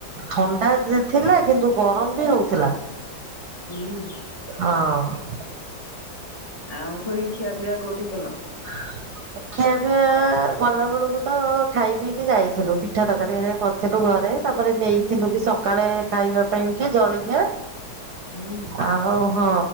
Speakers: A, on the right; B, on the left.
A: ଥଣ୍ଡା ଥିଲା କିନ୍ତୁ ଗରମ ବି ହଉଥିଲା।
B: ହୁଁ।
A: ହଁ।
B: ଆଉ ଫୁଣି ଖିଆ ପିଆ କୋଉଠି କଲ?
A: <inaudible> ଖିଆପିଆ ଗଲା ବେଳକୁ ତ ଖାଇ ପିଇକି ଯାଇଥିଲୁ ପିଠା ତରକାରୀ ହେରିକା କର ଥିଲୁ ଘରେ ତାପରେ ନେଇଥିଲୁ ବି ସକାଳେ ଖାଇବା ପାଇଁ କି ଜଳଖିଆ।
B: ହୁଁ।
A: ଆହୁ ହଁ